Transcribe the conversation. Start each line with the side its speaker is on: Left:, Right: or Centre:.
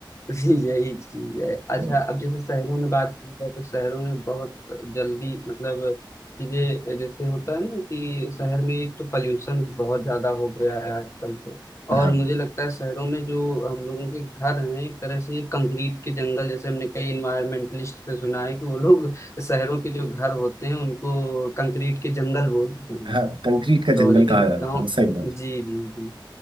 Left: <laughs> जी, यही चीज है अच्छा
Right: तो,
Left: अब जैसे शहरों में बात की जाए तो शहरों में बहुत जल्दी मतलब चीजें जैसे होता है ना कि शहर में एक तो पॉल्यूशन बहुत ज्यादा हो गया है आजकल तो
Right: हाँ
Left: और मुझे लगता है शहरों में जो हम लोगों के घर हैं एक तरह से ये कंक्रीट के जंगल जैसे हमने कई इन्वायरमेंटलिस्ट से सुना है कि वो लोग शहरों के जो घर होते हैं उनको कंक्रीट के जंगल बोलते हैं
Right: हाँ कंक्रीट का
Left: तो
Right: जंगल
Left: लेकिन
Right: कहा जाता
Left: गाँव
Right: है हाँ, सही बात
Left: जी जी जी